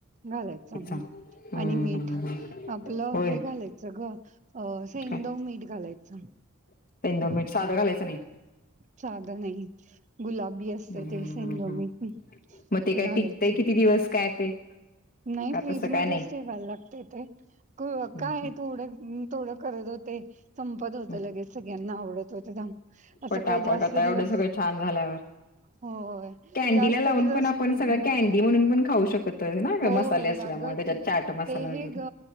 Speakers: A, on the right; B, on the left.
A: घालायचा म्ह
B: हम्म
A: आणि मीठ
B: हम्म हम्म
A: आपलं
B: होय
A: हे घालायचं ग सेड
B: काय
A: मीठ घालायच हम्
B: सेंधव मीठ साधं घालायचं नाही
A: साध नाही गुलाबी असत
B: हम्म
A: ते सलो
B: हम्म हम्म
A: मी ते
B: मग काय
A: घालायचं
B: टिकतंय किती दिवस काय ते
A: नाही
B: का
A: फ्रीज
B: तसं
A: मध्येच
B: काय नाही
A: ठेवायला लागते ते काय
B: हम्म
A: थोडं थोडं करत होते संपत
B: हम्म
A: होतं लगेच सगळ्यांना आवडत होतं असं
B: पटापट
A: काही जास्त
B: आता
A: दिवस
B: एवढं सगळं छान झाल्यावर
A: हो
B: कॅन्डीला
A: जास्त
B: लावून
A: दिवसजला
B: पण आपण सगळं कॅन्डी म्हणून पण खाऊ शकतो ना
A: होय
B: ग मसाले असल्यामुळे
A: अगं
B: त्याच्यात चाट मसाला
A: ते
B: वगैरे
A: हे ग